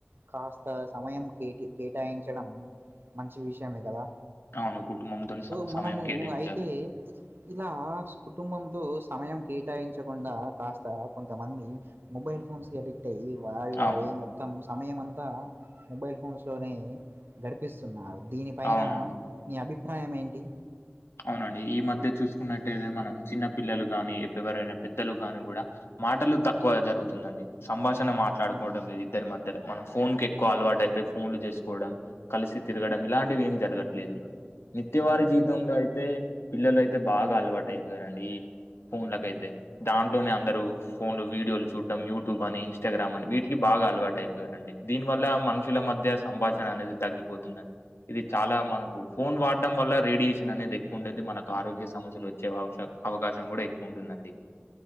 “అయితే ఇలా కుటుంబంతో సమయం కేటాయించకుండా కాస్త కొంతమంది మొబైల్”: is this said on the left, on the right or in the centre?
Right